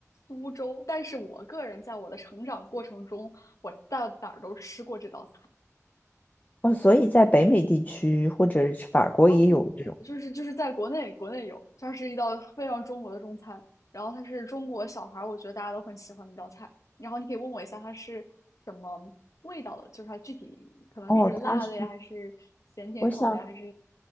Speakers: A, on the left; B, on the left.
A: 苏州，但是我个人在我的成长过程中，我到哪儿都吃过这道菜。
B: 哦，所以在北美地区或者是法国也有这种。
A: 哦，不不不，就是就是在国内，国内有，它是一道非常中国的中餐，然后它是中国小孩儿，我觉得大家都很喜欢的一道菜。然后你可以问我一下它是什么味道的，就是它具体可能是辣的呀，
B: 哦，它是，
A: 还是咸甜口的呀，
B: 我想，
A: 还是